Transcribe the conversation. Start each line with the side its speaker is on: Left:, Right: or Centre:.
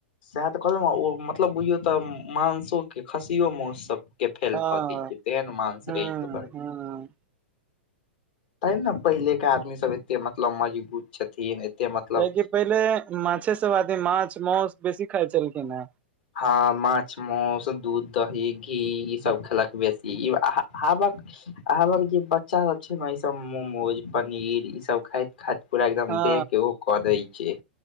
Left: सएह तऽ कहलहुँ ने, ओ मतलब बुझू तऽ मांसोमे खस्सीके मांस। के फेल
Right: हँ
Left: कऽ दै छै, तेहन मांस
Right: हँ
Left: रहै छै ओकर।
Right: हँ
Left: तेँ ने पहिनेके आदमीसभ एतेक मजबूत छथिन। एते मतलब
Right: कियाकि पहिले माछे सभ आदमी माछ मौस सभ बेसी खाइ छलखिन है
Left: हँ, माछ मांस, दूध दही घी ई सभ खएलक बेसी ई आबै। आबक जे बच्चासभ छै ने, ईसभ मोमोज पनीर ईसभ खाइत खाइत। पूरा एकदम
Right: हँ
Left: देखऽमे ओ कऽ दै छै,